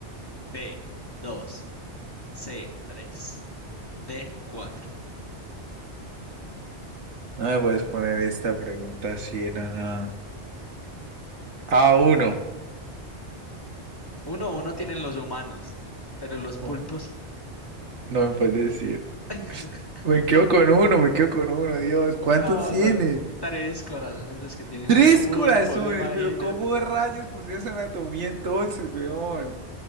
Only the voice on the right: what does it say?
No me puedes poner esta pregunta así era nada. A uno.
Oh, no me puedes decir.
Me quedo con uno, me quedo con uno, Dios. ¿Cuántos
tiene?
Tres
corazones,
pero ¿cómo rayos pusieron esa anatomía entonces, weón?